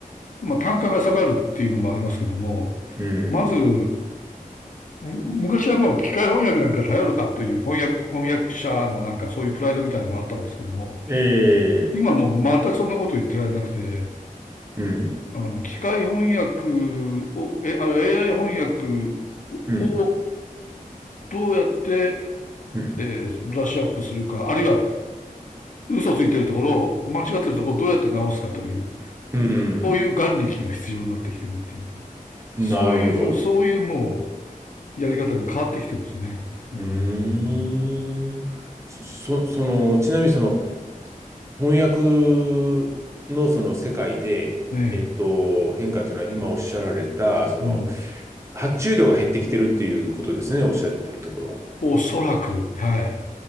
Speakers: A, on the left; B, on the right.
A: まあ、単価が下がるっていうのもありますけども、
B: うん。
A: まず、む昔はもう機械翻訳なんか頼るかという翻訳、翻訳者のなんかそういうプライドみたいなのがあったんですけども、
B: ええ
A: 今はもう全くそんなこと言ってられなくて、
B: うん。
A: あの、機械翻訳を、え、あの AI 翻訳
B: うん。
A: をどうやって、
B: うん。
A: えーブラッシュアップするか、あるいは嘘ついてるところを、間違ってるところをどうやって直すかという、
B: うん。
A: そういう眼力が必要になってきてるっていうか、
B: なるほど。
A: そういうふう、そういうもう、やり方に変わってきてますね。うーん。
B: うーん。そ、その、ちなみにその、翻訳のその世界で、
A: ええ、
B: えっと、変化というのは今おっしゃられた、その、
A: うん。
B: 発注量が減ってきてるっていうことですね、おっしゃってるところは。
A: おそらく、はい。